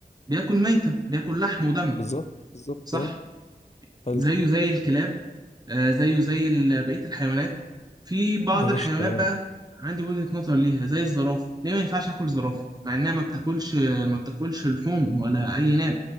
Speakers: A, on the right; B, on the left.
A: بياكل ميته بياكل لحم ودم
B: بالظبط بالظبط
A: صح
B: اه حلو
A: زيه زي الكلاب آه، زيه زي ال- بقية الحيوانات في بعض
B: ماشي
A: الحيوانات
B: تمام
A: بقى عندي وجهة نظر ليها زي الزرافة ليه ما ينفعش آكل زرافة مع إنها ما بتاكلش ما بتاكلش لحوم ولا أي ناب